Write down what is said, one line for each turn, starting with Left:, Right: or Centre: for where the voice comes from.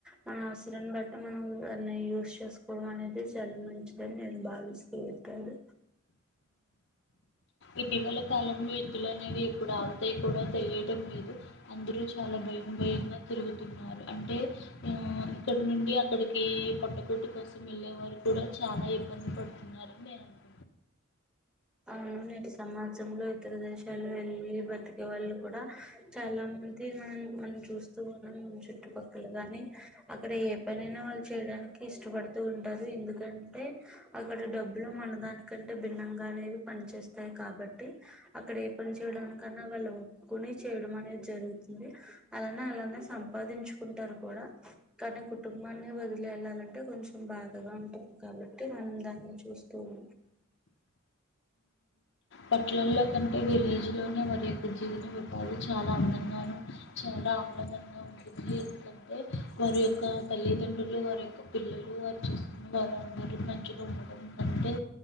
Centre: మన అవసరాన్ని బట్టి మనం దాన్ని యూజ్ చేసుకోవడం అనేది చాలా మంచిదని నేను భావిస్తూఉన్నాను
Left: ఇటీవల కాలంలో యుద్ధాలు అనేవి ఎప్పుడు ఆగుతాయో కూడా తెలియడం లేదు అందరూ చాలా భయం భయంగా తిరుగుతున్నారు అంటే ఆ ఇక్కడ నుండి అ ఇప్పటికి పొట్టకూటి కోసం వెళ్ళేవారు కూడా చాలా ఇబ్బంది పడుతున్నారని నేను అను
Centre: అవును సమాజంలో ఇతర దేశాల్లో వెళ్ళి బతికే వాళ్ళు కూడా చాలా మంది మనం మనం చూస్తూ ఉన్నాం చుట్టుపక్కల గాని అక్కడ ఏ పనైనా వాళ్ళు చేయడానికి ఇష్టపడుతూ ఉంటారు ఎందుకంటే అక్కడ డబ్బులు మనదానికంటే భిన్నంగా అనేవి పని చేస్తాయి కాబట్టి అక్కడ ఏ పని చేయడానికన్నా వాళ్ళు ఒప్పుకుని చేయడం అనేది జరుగుతుంది అలానే అలానే సంపాదించుకుంటారు కూడా కానీ కుటుంబాన్ని వదిలేళ్ళాలంటే కొంచెం బాధగా ఉంటుంది కాబట్టి మనం దాన్ని చూస్తూ ఉం
Left: పట్టణాల్లో కంటే విలేజ్ లోనే వారియొక్క జీవితం ఉపాధి చాలా అందంగాను చాలా ఉన్నదని ఉంటుంది ఎందుకంటే వారి యొక్క తల్లిదండ్రులు వారి యొక్క పిల్లలు వారు చూసుకున్న వారు అందరు మంచిగా ఉండడం కంటే